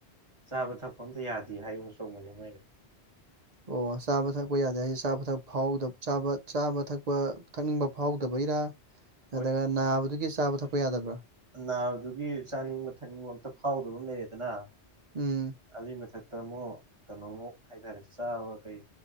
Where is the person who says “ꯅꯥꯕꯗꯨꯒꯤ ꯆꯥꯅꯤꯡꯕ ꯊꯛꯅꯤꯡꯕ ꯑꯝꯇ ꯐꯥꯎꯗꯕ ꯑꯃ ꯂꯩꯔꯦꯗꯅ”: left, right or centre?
Right